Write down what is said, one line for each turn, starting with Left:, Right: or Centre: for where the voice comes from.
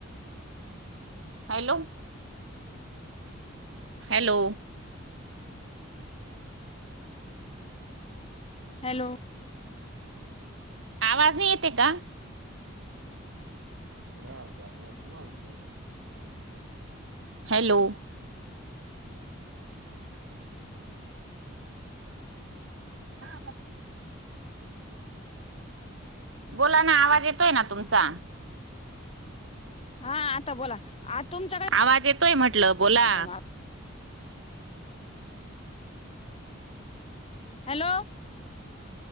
Right: हॅलो.. हॅलो..
Left: हॅलो..
Right: आवाज नाही येत आहे का? ना जां मत ना <unintelligible> हॅलो.. हा हा. बोला ना आवाज येतोय ना तुमचा
Left: हा आता बोला आ तुमच्याकडे
Right: आवाज येतोय म्हटलं बोला
Left: वाटतं मला हॅलो..